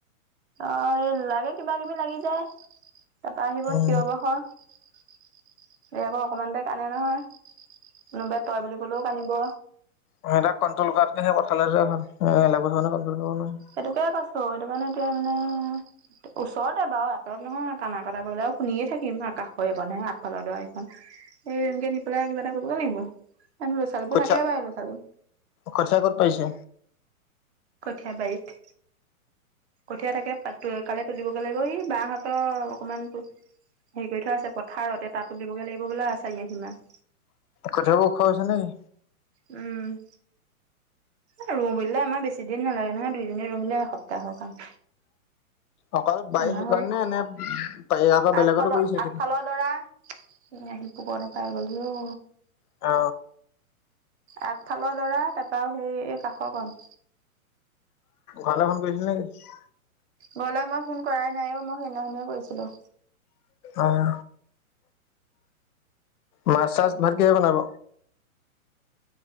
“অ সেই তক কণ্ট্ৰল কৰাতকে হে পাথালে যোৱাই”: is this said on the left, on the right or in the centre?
Left